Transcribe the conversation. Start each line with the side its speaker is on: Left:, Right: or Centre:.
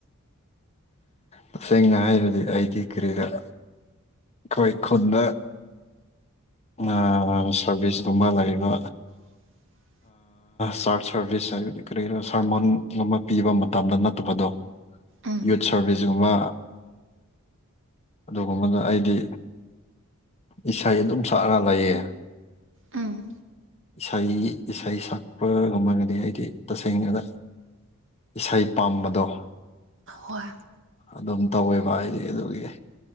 Left: ꯇꯁꯦꯡꯅ ꯍꯥꯏꯔꯗꯤ ꯑꯩꯗꯤ ꯀꯔꯤꯔ꯫ ꯑꯈꯣꯏ ꯈꯨꯟꯗ ꯑꯃꯥ ꯁꯥꯔꯚꯤꯁꯀꯨꯝꯕ ꯂꯩꯕ꯫
Right: ꯫ <inaudible>
Left: ꯆꯥꯔꯖ ꯁꯔꯚꯤꯁ ꯍꯥꯏꯕꯗꯤ ꯀꯔꯤ ꯁꯥꯔꯃꯣꯟ ꯑꯃ ꯄꯤꯕ ꯃꯇꯝꯗ ꯅꯠꯇꯕꯗꯣ꯫
Right: ꯎꯝ
Left: ꯌꯨꯠ ꯁꯥꯔꯚꯤꯁꯒꯨꯝꯕ ꯑꯗꯨꯒꯨꯝꯕꯅ ꯑꯩꯗꯤ꯫ ꯏꯁꯩ ꯑꯗꯨꯝ ꯁꯛꯑꯒ ꯂꯩꯌꯦ꯫
Right: ꯎꯝ꯫
Left: ꯏꯁꯩ ꯏꯁꯩ ꯁꯛꯄ ꯉꯝꯃꯒꯅꯤ ꯍꯥꯏꯗꯤ ꯇꯁꯦꯡꯅ꯫ ꯏꯁꯩ ꯄꯥꯝꯕꯗꯣ꯫
Right: ꯍꯣꯏ꯫
Left: ꯑꯗꯨꯝ ꯇꯧꯋꯦꯕ ꯍꯥꯏꯗꯤ ꯑꯗꯨꯒꯤ꯫